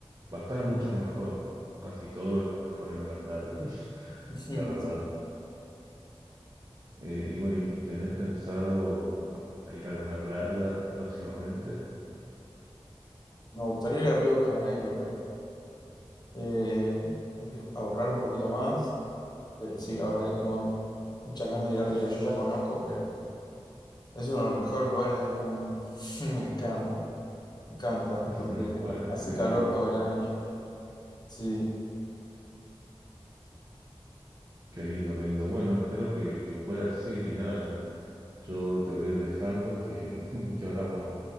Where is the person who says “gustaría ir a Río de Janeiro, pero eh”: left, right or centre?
Left